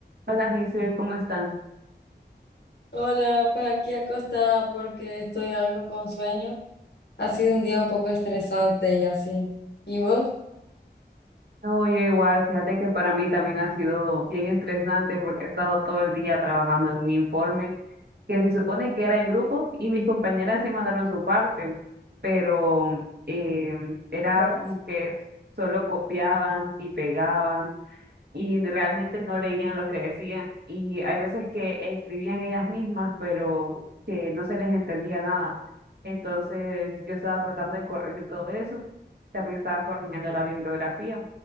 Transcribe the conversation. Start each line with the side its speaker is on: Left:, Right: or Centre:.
Right: Hola, Giselle, ¿cómo están?
Left: Hola, pues aquí acostada porque estoy algo con sueño. Ha sido un día un poco estresante y así. ¿Y vos?
Right: Oye, igual, fíjate que para mí también ha sido bien estresante porque he estado todo el día trabajando en un informe que se supone que era en grupo y mis compañeras sí mandaron su parte, pero em, era
Left: Ujú,
Right: como que solo copiaban y pegaban y realmente no leían lo que decían y hay veces que escribían ellas mismas, pero que no se les entendía nada. Entonces yo estaba tratando de corregir todo eso. También estaba corrigiendo la bibliografía,